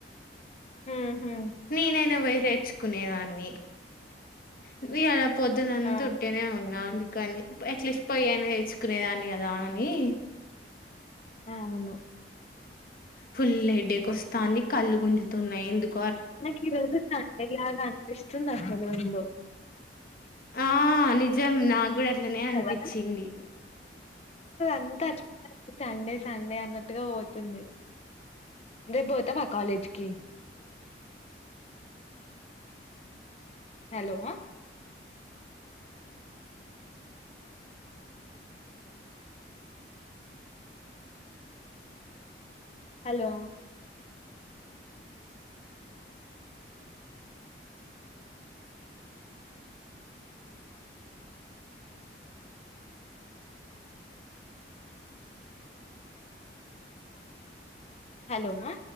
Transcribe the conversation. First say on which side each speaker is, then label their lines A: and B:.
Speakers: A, on the left (about 35°); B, on the left (about 50°).
A: మ్మ్ హు
B: నేనైనా పోయి తెేచ్చుకునే దాన్ని అదే కదా పొద్దునంత
A: ఆ!
B: ఉట్టిగనే ఉన్నా అందుకని అట్లీస్ట్ పొయి అయినా తేచ్చుకునే దాన్ని కదా అని
A: ఆ అవును
B: ఫుల్ హెడ్డేక్ వస్తాంది కళ్ళు గుంజుతున్నాయి ఎందుకు
A: నాకు ఈ రోజు <unintelligible> అనిపిస్తుంది అసలు ఎందో
B: ఆ నిజం నాకు కూడా అట్లనే అనిపిచింది
A: కదా! ఎంత సండే సండే అన్నట్టుగా పోతుంది రేపు పోతావా కాలేజ్కి హలో హలో హలో